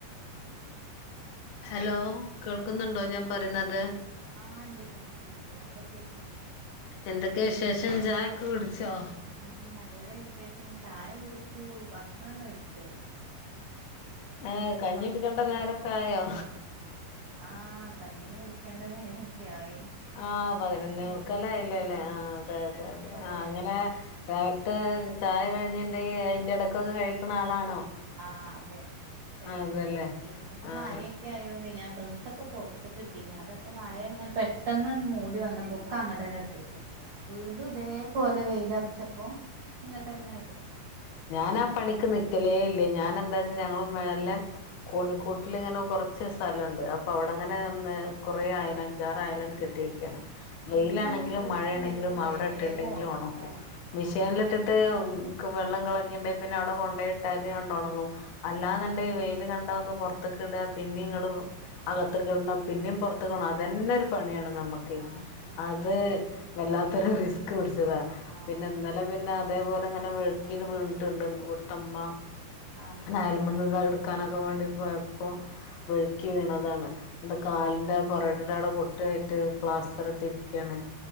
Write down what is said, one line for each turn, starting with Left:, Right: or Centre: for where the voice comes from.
Right: ഹലോ
Left: ഹലോ കേൾക്കുന്നുണ്ടോ
Right: ആഹ് കേക്കണല്ലേ
Left: ഞാൻ പറയുന്നത്
Right: ആഹ് ഉണ്ട് കേക്കുന്നുണ്ട് അവിടെ കേക്ക്
Left: എന്തൊക്കെയ വിശേഷം ചായക്കെ കുടിച്ചോ
Right: ഉം നല്ല വിശേഷം ചായ കുടിച്ചു ഭക്ഷണം കഴിച്ചു
Left: ഏഹ്
Right: ഇപ്പൊ
Left: കഞ്ഞികുടിക്കണ്ട
Right: ഭക്ഷണം കഴിച്ചു
Left: നേരക്ക ആയോ
Right: ആഹ് കഞ്ഞി കുടിക്കേണ്ട നേരൊക്കെ ആയി
Left: ആഹ പതിനൊന്ന്
Right: കഞ്ഞി
Left: മുക്കാല്
Right: കുടി
Left: ആയില്ലേല്ലേ
Right: ആഹ്
Left: ആ അതെ അതെ
Right: നേരൊക്കെ
Left: അതെ
Right: കൊറേ
Left: ആ
Right: ആയി
Left: അങ്ങനെ രാവിലത്തെ ചായ കഴിഞ്ഞിട്ട് അയിന്റെ ഇടക്കൊക്കെ കഴിക്കണ ആളാണോ
Right: ആഹ് അതെ കഴിക്കൂം
Left: അതല്ലേ
Right: പിന്നെ ഇപ്പോ
Left: ആ
Right: മയ ആയൊണ്ട് ഞാൻ ഡ്രസ്സൊക്കെ പുറത്ത് കിട്ടീ അതൊക്കെ മഴ ഇങ്ങനെ പെട്ടെന്ന് മൂടി വന്നപ്പോക്കെ അങ്ങോട്ടേന്നെ എടുത്ത് വീണ്ടും ഇതേപോലെ വെയിലറച്ചപ്പോ ഇങ്ങട്ടന്നെ ഇടാ
Left: ഞാൻ ആ പണിക്ക് നിക്കലേ ഇല്ലേ ഞാൻ എന്താ ഞങ്ങള് മേലെ കോണിക്കൂട്ടിൽ ഇങ്ങനെ കുറച്ച് സ്ഥലമുണ്ട് അപ്പോ അവിടെങ്ങനെ
Right: ആ
Left: കുറ ആയാലും
Right: അവിടെ
Left: അഞ്ചാറായയാലും കെട്ടി
Right: ആഹ്
Left: വെക്കുകയാണ് വെയിലാണെങ്കിലും
Right: ഇനിക്കാണെങ്കി ഡ്രസ്സ്
Left: മഴയാണെങ്കിലും
Right: ഉണ്ടെങ്കി വേഗം
Left: അവിടെ ഇട്ടിട്ട് ഉണ്ടെങ്കിലേ
Right: ഒണക്കണം
Left: ഒണങ്ങു മെഷീനിൽ
Right: ആഹ്
Left: ട്ടിട്ട് വെള്ളം കളഞ്ഞിട്ട് പിന്നെ അവിടെ കൊണ്ട് പോയിട്ടാല് ണ്ട് ഒണങ്ങും അല്ലാന്നണ്ട
Right: ആഹ്
Left: ഈ വെയില് കണ്ടാന്ന് പുറത്തു കത്ത് ഇട പിന്നും ഇങ്ങനെ ആകത്തക്ക്കിടണം പിന്നും പുറത്തക്ക് കിടണം അതന്നെ ഒരു പണിയാണ് നമ്മുക്ക്
Right: ആഹ് അതെ
Left: അത് വല്ലാത്തൊരു റിസ്ക് പിടിച്ചതാ
Right: ആഹ്
Left: പിന്നെ ഇന്നലെ പിന്നെ അതേപോലെ ഇങ്ങനെ വെഴുക്കി വീണിട്ടുണ്ട് ഇവിടുത്തെമ്മ
Right: ആഹ്
Left: അയല്മ്മെന്നത് എടുക്കാനൊക്കെ വേണ്ടിപ്പോയപ്പോ വഴുക്കി വീണതാണ് കാലിന്റെ പൊറടിയുടെ അവിടെ പൊട്ടായിട്ട് പ്ലാസ്റ്റർ ഇട്ടി ഇരിക്കുകയാണ്